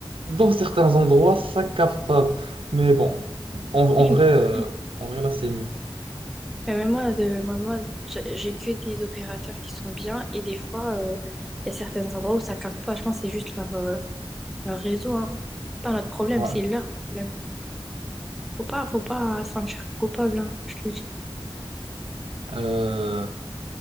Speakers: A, on the right; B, in the centre.
A: dans certains endroits, ça capte pas. Mais bon, en, en
B: Oui,
A: vrai, euh,
B: mais
A: en vrai, là, c'est mieux.
B: mais même moi, de, moi, moi, j'ai j'ai que des opérateurs qui sont bien et des fois, euh, il y a certains endroits où ça capte pas. Je pense que c'est juste leur, euh, Leur réseau, hein. C'est pas notre problème,
A: Ouais.
B: c'est leur problème. Faut pas, faut pas se sentir coupable, hein, je te le dis.
A: Euh,